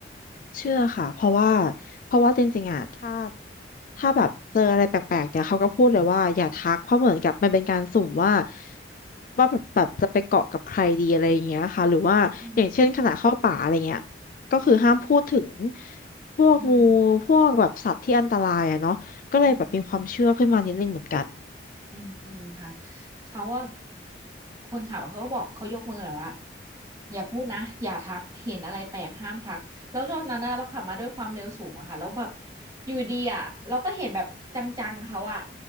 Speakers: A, on the left; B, on the right.
A: เชื่อค่ะเพราะว่าเพราะว่าจริงๆอ่ะถ้า ถ้าแบบเจออะไรแปลกๆเนี่ยเขาก็พูดเลยว่าอย่าทักเพราะเหมือนกับมันเป็นการสุ่มว่าว่าแบบแบบจะไปเกาะกับใครดีอะไรอย่างเงี้ยค่ะหรือว่าอย่างเช่นขณะเข้าป่าอะไรเงี้ย
B: อืม
A: ก็คือห้ามพูดถึงพวกงู
B: อืม
A: พวกแบบสัตว์ที่อันตรายอะเนาะก็เลยแบบมีความเชื่อขึ้นมานิดนึงเหมือนกัน
B: อืม อืมอืมค่ะเขาว่าคนขับอะเขาก็บอกเขายกมือแบบว่าอย่าพูดนะอย่าทักเห็นอะไรแปลกห้ามทักแล้วตอนนั้นน่ะเราขับมาด้วยความเร็วสูงอะค่ะแล้วแบบอยู่ดีอะเราก็เห็นแบบจังๆเขาอะ